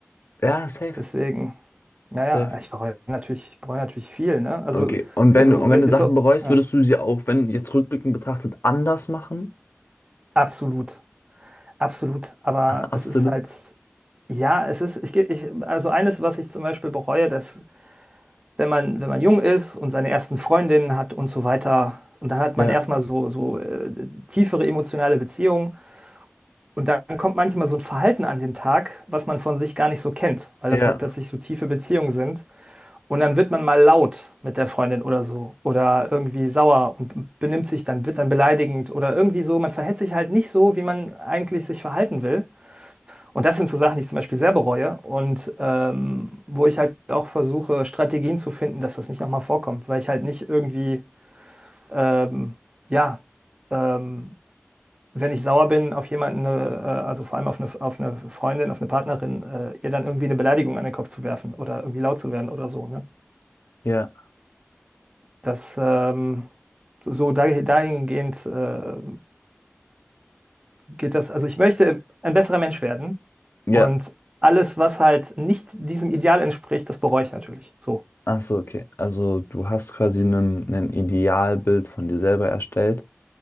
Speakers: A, on the left; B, on the right.
A: ja, safe,
B: Deswegen, naja,
A: safe.
B: ich bereue natürlich, ich bereue natürlich viel. Ne? Also,
A: Okay. Und wenn,
B: wenn du
A: und
B: äh,
A: wenn du
B: jetzt
A: Sachen
B: so,
A: bereust,
B: ja,
A: würdest du sie auch, wenn jetzt rückblickend betrachtet, anders machen?
B: absolut, absolut. Aber
A: <laughs> Absolut.
B: es ist halt, ja, es ist, ich, geh- ich, also eines, was ich zum Beispiel bereue, dass wenn man, wenn man jung ist und seine ersten Freundinnen hat und so weiter. Und dann hat
A: Ja,
B: man erstmal so, so äh, tiefere emotionale Beziehungen. Und dann kommt manchmal so ein Verhalten an den Tag, was man von sich gar nicht so kennt, weil
A: ja,
B: das halt plötzlich so tiefe Beziehungen sind. Und dann wird man mal laut mit der Freundin oder so. Oder irgendwie sauer und benimmt sich dann, wird dann beleidigend oder irgendwie so. Man verhält sich halt nicht so, wie man eigentlich sich verhalten will. Und das sind so Sachen, die ich zum Beispiel sehr bereue und ähm, wo ich halt auch versuche, Strategien zu finden, dass das nicht nochmal vorkommt, weil ich halt nicht irgendwie, ähm, ja, ähm, wenn ich sauer bin auf jemanden, äh, also vor allem auf eine, auf eine Freundin, auf eine Partnerin, äh, ihr dann irgendwie eine Beleidigung an den Kopf zu werfen oder irgendwie laut zu werden oder so. Ne?
A: ja,
B: Das ähm, so so dahin- dahingehend äh, geht das, also ich möchte ein besserer Mensch werden
A: ja.
B: und alles, was halt nicht diesem Ideal entspricht, das bereue ich natürlich. So.
A: Ach so, okay. Also du hast quasi ein Idealbild von dir selber erstellt